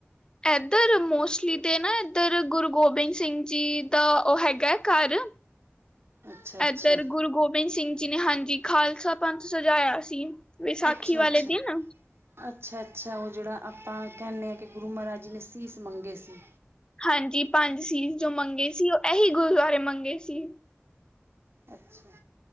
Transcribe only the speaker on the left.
ਇੱਧਰ ਮੋਸਟਲੀ ਤੇ ਨਾ ਇੱਧਰ, ਗੁਰੂ ਗੋਬਿੰਦ ਸਿੰਘ ਜੀ ਦਾ ਉਹ ਹੈਗਾ ਹੈ ਘਰ <inaudible>
ਇੱਧਰ, ਗੁਰੂ ਗੋਬਿੰਦ ਸਿੰਘ ਜੀ ਨੇ ਹਾਂਜੀ, ਖਾਲਸਾ ਪੰਥ ਸਜਾਇਆ ਸੀ। ਵਿਸਾਖੀ
ਵਾਲੇ
ਦਿਨ
ਹਾਂਜੀ ਪੰਜ ਸੀਜ਼ ਜੋ ਮੰਗੇ ਸੀ ਉਹ ਇਹੀ ਗੁਰਦੁਆਰੇ ਮੰਗੇ ਸੀ।